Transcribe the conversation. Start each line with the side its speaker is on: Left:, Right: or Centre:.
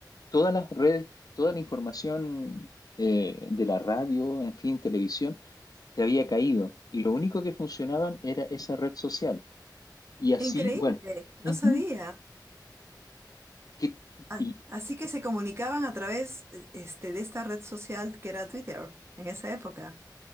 Left: todas las redes, toda la información eh, de la radio, en fin, televisión, se había caído y lo único que funcionaban era esa red social. Y así,
Right: Increíble,
Left: bueno,
Right: no
Left: ujú,
Right: sabía.
Left: que,
Right: A-
Left: y,
Right: Así que
Left: y-
Right: se comunicaban a través, eh, este, de esta red social que era Twitter en esa época.